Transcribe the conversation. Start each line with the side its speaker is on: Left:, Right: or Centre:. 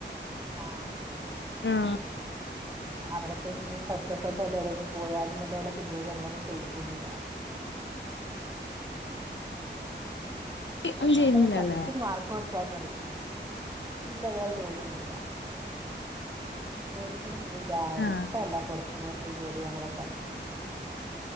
Right: ആ
Left: ആ
Right: ന്നെ അവരൊക്കെ നി കഷ്ടപ്പെണ്ട ലെവല് പോയാലും ന്നോലുള്ള ചിന്തയിൽ നമ്മളൊന്നും ചെയ്യിക്കന്നില്ല തെ
Left: ഒന്നും
Right: ഞാൻ
Left: ചെയ്യുന്നില്ലല്ലേ
Right: പറയാ പഠിച്ചത് മാർക്ക് വാ ചാന്ന ഇല്ല വേറെ ജോലിയൊന്നുല്ല ലോടി ക്കൊന്നും വിടൂല
Left: ആഹ്
Right: ഇഷ്ടല്ല പോർത് പോ ജോലിയണതൊക്കെ